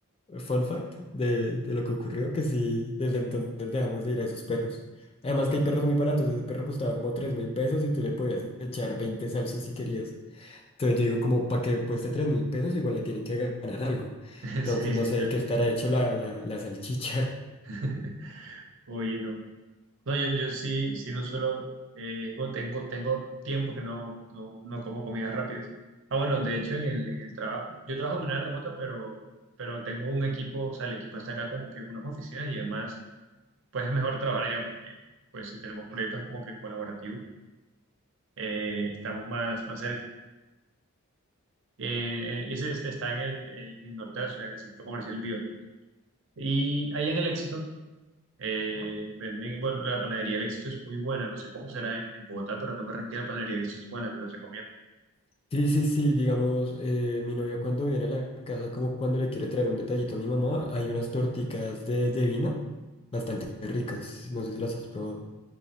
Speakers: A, on the left; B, on the right.
A: fun fact de, de lo que ocurrió, que sí, desde entonces dejamos de ir a esos perros. Además que hay perros muy baratos, ese perro costaba como tres mil pesos y tú le podías echar 20 salsas si querías. Entonces yo digo, como para que cueste tres mil pesos, igual le tienen que ganar algo.
B: <laughs>
A: Entonces
B: Sí,
A: no
B: sí,
A: sé
B: claro.
A: de qué estará hecho la, la, la salchicha. <laughs>
B: <laughs> Oye, no. No, yo, yo sí, sí no suelo, eh, o tengo, tengo tiempo que no, no, no como comidas rápidas. Ah, bueno, de hecho en el, en el trabajo, yo trabajo de manera remota, pero, pero tengo un equipo, o sea, el equipo está acá como que en unas oficinas y además, pues es mejor trabajar allá porque, pues si tenemos proyectos como que en colaborativo, eh, estamos más, más cerca. Eh, eh, ese es- está en el, eh, en el norte de la ciudad, en el centro comercial Viva. Y allá en el Éxito. Eh, venden, bueno, la panadería El Éxito es muy buena, no sé cómo será en, en Bogotá, pero acá en Barranquilla la panadería El Éxito es buena, te la recomiendo.
A: Sí, sí, sí, digamos, eh, mi novia cuando viene a la casa, como cuando le quiere traer un detallito a mi mamá, hay unas torticas de, de vino bastante ricas. No sé si las has probado.